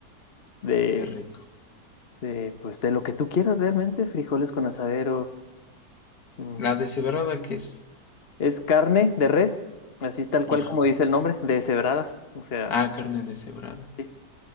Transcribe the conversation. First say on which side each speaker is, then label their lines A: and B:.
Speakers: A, on the left; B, on the left.
A: de
B: qué rico.
A: de, pues de lo que tú quieras realmente, frijoles con asadero. mm,
B: ¿La deshebrada qué es?
A: Es carne de res, así tal cual
B: Ajá.
A: como dice el nombre, deshebrada. O sea,
B: Ah, carne deshebrada.
A: sí,